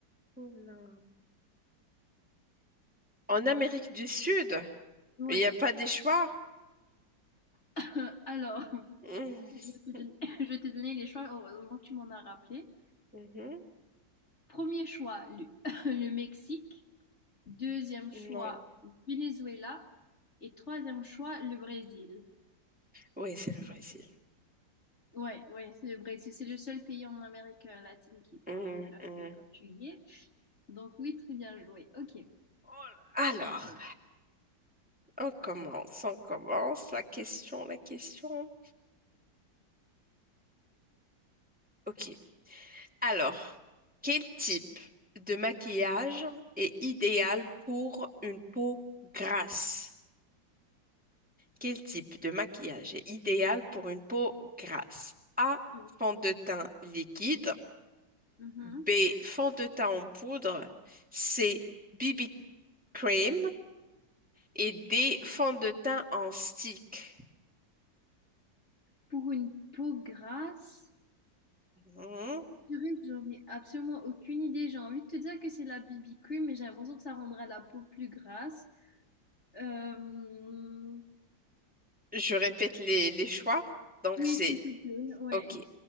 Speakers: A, in the centre; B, on the left.
A: Oula. En Amérique du Sud,
B: Oui,
A: il n'y a pas des choix?
B: <laughs> alors,
A: Mmh.
B: je vais te donner, <laughs> je vais te donner les choix, heureusement que tu m'en as rappelé.
A: Mhm.
B: Premier choix, le, <laughs> le Mexique. Deuxième choix,
A: Non.
B: Venezuela. Et troisième choix, le Brésil.
A: Oui, c'est le Brésil.
B: Ouais, ouais, c'est le Brésil. C'est le seul pays en Amérique latine qui parle
A: Mmh,
B: euh,
A: mmh.
B: le portugais. Donc oui, très bien joué. Ok.
A: Oh là- Alors.
B: Bon tour.
A: On commence, on commence. La question, la question. Ok. Alors, quel type de maquillage est idéal pour une peau grasse? Quel type de maquillage est idéal pour une peau grasse? A,
B: Purée.
A: fond de
B: Ok.
A: teint liquide.
B: Mhm.
A: B, fond de teint en poudre. C, BB cream. Et D, fond de teint en stick.
B: Pour une peau grasse,
A: Mhm.
B: purée, j'en ai absolument aucune idée. J'ai envie de te dire que c'est la BB cream, mais j'ai l'impression que ça rendra la peau plus grasse. Euh,
A: Je répète les, les choix. Donc,
B: Oui,
A: c'est
B: s'il te plaît. Ouais.
A: OK.